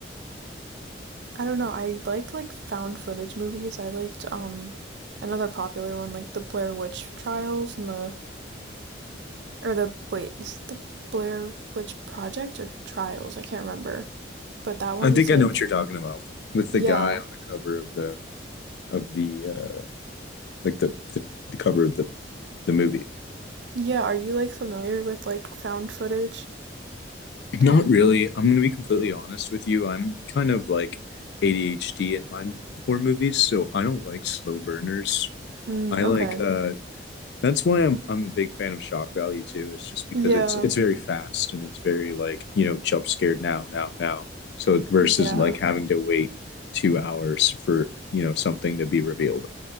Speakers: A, on the right; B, on the left.
A: I don't know. I like like found footage movies. I liked um another popular one like the Blair Witch Trials and the or the wait, is it the Blair Witch Project or Trials? I can't remember. But that one
B: I think
A: is
B: I
A: like,
B: know what you're talking about with the
A: yeah.
B: guy on the cover of the of the uh like the the, the cover of the the movie.
A: Yeah, are you like familiar with like found footage
B: Not
A: type?
B: really. I'm gonna be completely honest with you. I'm kind of like ADHD in my horror movies, so I don't like slow burners.
A: Mm,
B: I like
A: okay.
B: uh that's why I'm I'm a big fan of shock value too. It's just because
A: Yeah.
B: it's it's very fast and it's very like, you know, jump scared now, now, now. So versus
A: Yeah.
B: like having to wait two hours for, you know, something to be revealed.